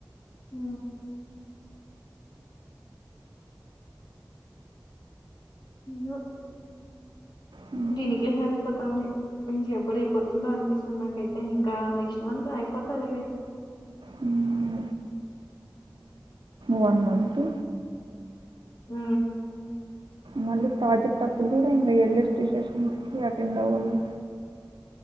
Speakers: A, on the left (about 65°); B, on the right (about 85°).
A: ఆ ఏందో
B: హుహు.
A: దీనికే సరిపోతాంది ఇంజ్ ఎప్పుడు అయిపోతుందో అనిపిస్తుంది నాకైతే ఇంకా నెక్స్ట్ మంత్ అయిపోతాదిలే
B: హ్మ్. వన్ మంతు
A: ఉ
B: మళ్ళీ ప్రాజెక్ట్ అప్పుడు కూడా ఇంకా ఎల్ఎస్టి సెషన్కి అటెండ్ అవ్వాలం